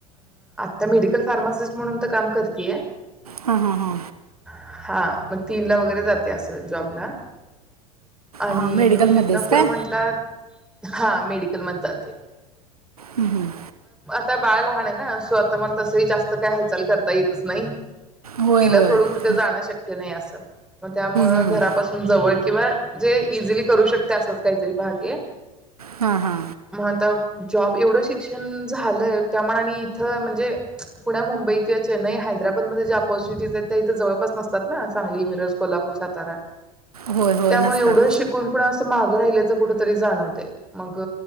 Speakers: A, in the centre; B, on the right.
A: त्या मेडिकल फार्मासिस्ट म्हणून तर काम करतेय.
B: हा हा हा
A: हा मग तीन ला वगैरे जाते असं जॉबला आणि
B: हां मेडिकलमध्येच
A: म तिथनं पुढं
B: काय
A: म्हंटलं हा मेडिकल म जाते.
B: हम्म हम्म.
A: त्या बाळ लहान आहे ना सो आता मला तसही जास्त काय हालचाल करता येतच नाही.
B: होय
A: तिला
B: होय
A: सोडून
B: हम्म,
A: कुठे जाणं शक्य नाही अस तम मग त्यामुळं
B: हम्म.
A: घरापासून जवळ किंवा जे इझिली करू शकते असंच काहीतरी पाहतेय.
B: हा हा
A: मग आता जॉब एवढं शिक्षण झालंय त्यामानाणी इथं म्हणजे पुन्या मुंबई किंवा चेन्नई हैदराबादमध्ये जे ऑपॉर्च्युनिटीज आहेत त्या इथं जवळपास नसतात ना सांगली, मिरज, कोल्हापूर, सातारा
B: होय होय
A: त्यामुळे
B: नसतात
A: एवढं शिकून पण आस माग राहिल्याच कुठरी जाणवय मग